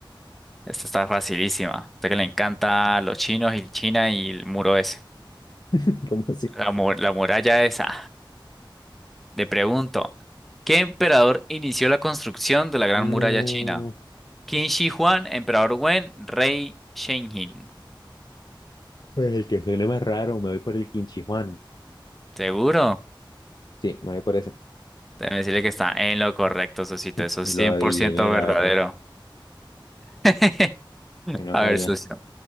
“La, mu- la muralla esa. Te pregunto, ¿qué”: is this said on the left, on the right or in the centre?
Centre